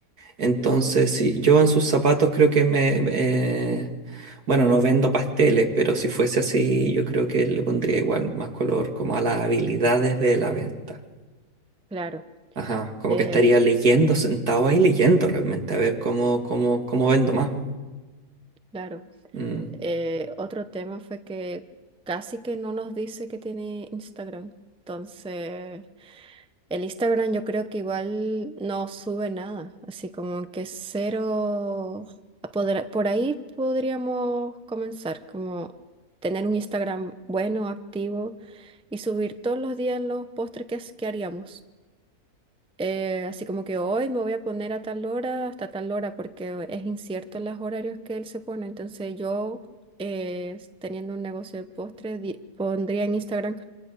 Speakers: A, on the right; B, in the centre.
A: Entonces, si yo en sus zapatos creo que me... eh, bueno, no vendo pasteles, pero si fuese así, yo creo que le pondría igual más color como a las habilidades de la venta.
B: claro.
A: Ajá, como
B: Eh,
A: que estaría leyendo, sentado ahí leyendo realmente, a ver cómo, cómo, cómo vendo más.
B: claro.
A: Mm.
B: Eh, otro tema fue que casi que no nos dice que tiene Instagram. Entonces. El Instagram yo creo que igual no sube nada, así como que cero... a podra- Por ahí podríamos comenzar, como tener un Instagram bueno, activo y subir todos los días los postres que, as- que haríamos. Eh, así como que hoy me voy a poner a tal hora hasta tal hora porque es incierto los horarios que él se pone. Entonces yo, eh, teniendo un negocio de postres, di- pondría en Instagram